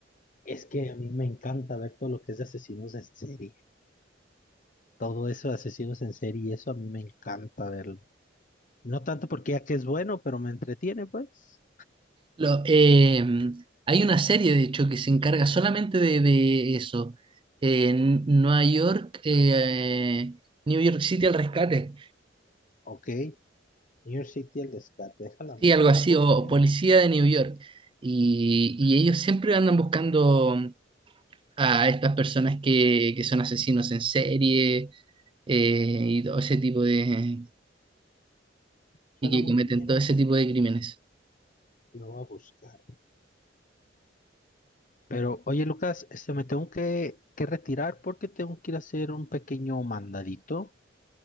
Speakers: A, on the left; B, on the right.
A: Es que a mí me encanta ver todo lo que es de asesinos en serie. Todo eso de asesinos en serie, eso a mí me encanta verlo. No tanto porque ya que es bueno, pero me entretiene, pues.
B: Lo- eh, hay una serie, de hecho, que se encarga solamente de, de eso. Eh, Nueva York, eh, New York City al rescate.
A: Ok, New York City, el rescate, deja la moto
B: Sí, algo así,
A: porque
B: o, o Policía de New York. Y, y ellos siempre andan buscando a estas personas que, que son asesinos en serie eh, y todo ese tipo de...
A: suena
B: y que
A: muy
B: cometen
A: bien.
B: todo ese tipo de crímenes.
A: Lo voy a buscar. Pero, oye, Lucas, este, me tengo que, que retirar porque tengo que ir a hacer un pequeño mandadito.